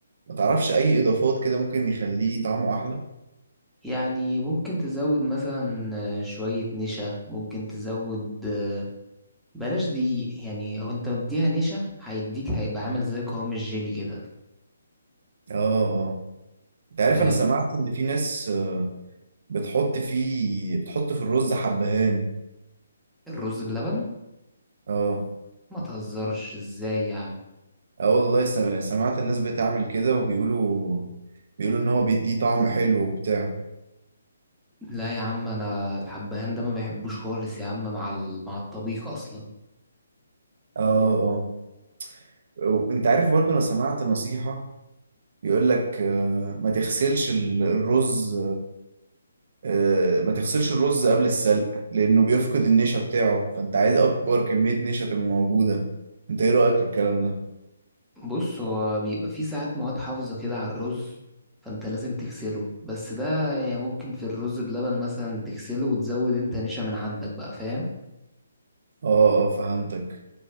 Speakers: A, on the right; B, in the centre.
A: ما تعرفش اي اضافات كده ممكن يخليه طعمه احلى
B: يعني ممكن تزود مثلا آه، شوية نشا ممكن تزود آه، بلاش دي يعني هو انت مديها نشا هيديك هيبقى عامل زي قوام الجيلي كده
A: اه اه انت عارف
B: فاهم؟
A: انا سمعت ان في ناس آه، بتحط فيه بتحط في الرز حبهان
B: الرز بلبن
A: اه
B: ما تهزرش ازاي يا عم
A: اه والله سم- سمعت الناس بتعمل كده وبيقولوا بيقولوا ان هو بيديه طعم حلو وبتاع
B: لا يا عم انا الحبهان ده ما بحبوش خالص يا عم مع ال... مع الطبيخ اصلا
A: اه اه وانت عارف برضو انا سمعت نصيحة بيقول لك آه، ما تغسلش ال- الرز آه، ما تغسلش الرز قبل السلق لأنه بيفقد النشا بتاعه فأنت عايز أكبر كمية نشا تبقى موجودة أنت إيه رأيك في الكلام ده؟
B: بص هو بيبقى فيه ساعات مواد حافظة كده على الرز فانت لازم تغسله بس ده يعني ممكن في الرز بلبن مثلا تغسله وتزود انت نشا من عندك بقى فاهم
A: آه آه فهمتك